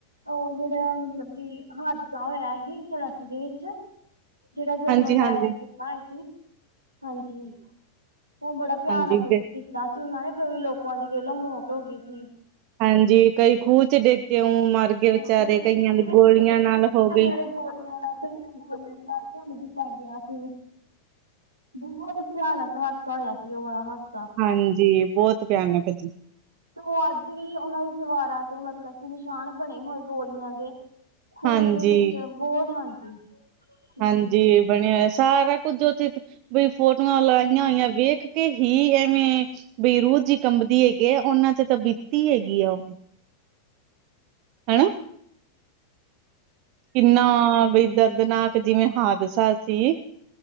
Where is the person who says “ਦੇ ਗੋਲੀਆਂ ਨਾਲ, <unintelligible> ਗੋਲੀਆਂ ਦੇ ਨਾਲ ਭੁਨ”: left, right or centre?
Right